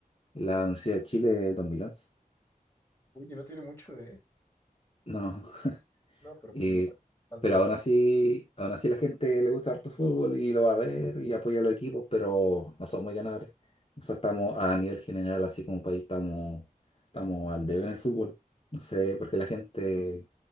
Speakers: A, on the left; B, on the left.
A: la Universidad de Chile en dos mil once
B: Oye, no tiene mucho, ¿eh?
A: No,
B: No, pero
A: Y-
B: pues ya más falta
A: pero
B: la.
A: aún así, aún así la gente le gusta harto fútbol y lo va a ver y apoya a los equipos, pero no somos muy ganadores. O sea, estamos a nivel general, así como país, estamos, estamos al debe en el fútbol. No sé por qué la gente